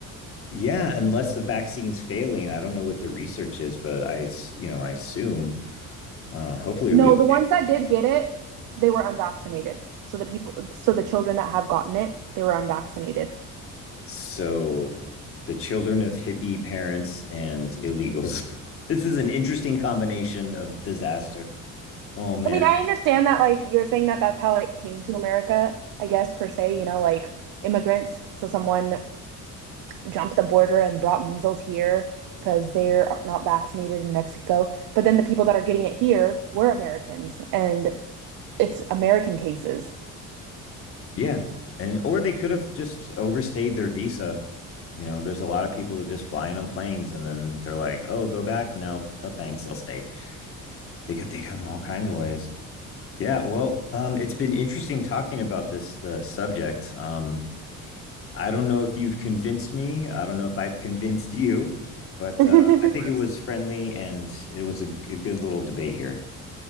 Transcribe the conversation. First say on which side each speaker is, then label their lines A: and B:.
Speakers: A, on the left; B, on the right.
A: Yeah, unless the vaccine's failing, I don't know what the research is, but I, you know, I assume uh, hopefully
B: No,
A: it would be okay.
B: the ones that did get it, they were unvaccinated. So the people, so the children that have gotten it, they were unvaccinated.
A: so. The children of hippie parents and illegals. <laughs> this is an interesting combination of disaster. Oh man,
B: I mean, I understand that, like, you're saying that that's how it came to America, I guess, per se, you know, like immigrants. So someone jumped the border and brought measles here because they're not vaccinated in Mexico. But then the people that are getting it here were Americans, and it's American cases.
A: yeah, and or they could have just overstayed their visa. You know, there's a lot of people that just fly in on planes and then they're like, "Oh, go back? No, no, thanks, I'll stay." They could, they come all kinds of ways. Yeah, well, um, it's been interesting talking about this uh, subject. Um, I don't know if you've convinced me. I don't know if I've convinced you, but
B: <laughs>
A: uh, I think it was friendly and it was a, a good little debate here.